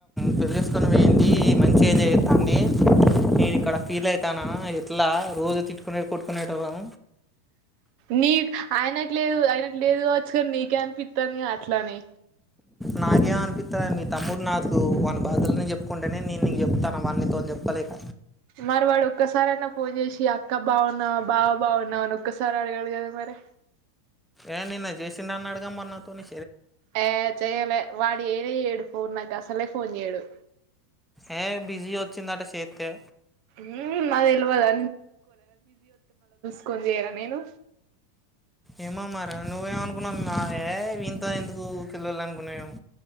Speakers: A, in the centre; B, on the right.
A: పెళి తీసుకొని పోయింది మంచిగా ఎంజాయ్ చేతాంది నేను ఇక్కడ ఫీల్ అయితానా ఎట్లా రోజు తిట్టుకునే కొట్కునేటోళ్ళం
B: నీ ఆయనకు లేదు ఆయనకు లేదు కావచ్చు కాని నీకే అనిపి తని ఆట్లానే
A: నాకు ఏం అనిపిత్తలేను మీ తమ్ముడు నాకు వాని బాధలని చెప్పుకుంటేనే నేను నీకు చెప్తానా వాడు నీతో చెప్పలేక
B: మరి వాడు ఒక్కసారి అయినా ఫోన్ చేసి అక్క బాగున్నావా బావ బాగున్నావా అని ఒక్కసారియినా అదే <unintelligible> మరి
A: ఏ నిన్న చేసిండు అన్నాడుగా మరి నాతోని
B: ఆ చెయ్యాలే వాడు ఏడే ఎడుపు నాకు అసలే ఫోన్ చెయ్యడు
A: ఏ బిజీ వచ్చిందట చేత్తె
B: మ్మ్ నాకు తెల్వదా ఇంకా కొన్ని చెయ్యాన నేను
A: ఏమో మారి నువ్వేమనుకున్నావొ మా ఏ వినితో ఎందుకు ఉరికే లొల్లి అనుకున్నావేమో